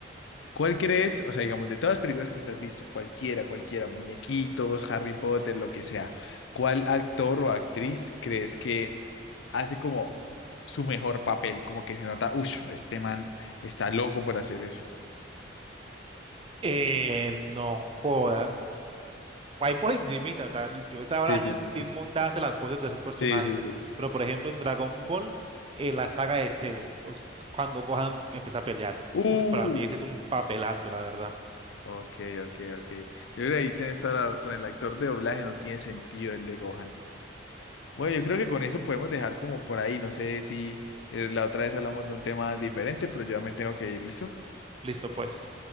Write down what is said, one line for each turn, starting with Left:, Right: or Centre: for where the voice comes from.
Left: ¿Cuál crees? O sea, digamos, de todas las películas que te has visto, cualquiera, cualquiera, muñequitos, Harry Potter, lo que sea, ¿cuál actor o actriz crees que hace como su mejor papel? Como que se nota, uff, este man está loco por hacer eso.
Right: Eh, no joda. Ahí por encimita, o sea, y yo sabrá
Left: Sí,
Right: Dios
Left: sí, sí, sí.
Right: quién monta hace las voces de esos personajes.
Left: Sí, sí, sí.
Right: Pero por ejemplo, en Dragon Ball, eh, la saga de Cell, os- cuando Gohan empieza a pelear,
Left: Uh.
Right: uf, para mí ese es un papelazo, la verdad.
Left: Ok, ok, ok. Yo creo que ahí tienes toda la razón. El actor de doblaje no tiene sentido el de Gohan. Bueno, yo creo que con eso podemos dejar como por ahí. No sé si eh, la otra vez hablamos de un tema diferente, pero yo ya me tengo que ir, ¿listo?
Right: Listo, pues.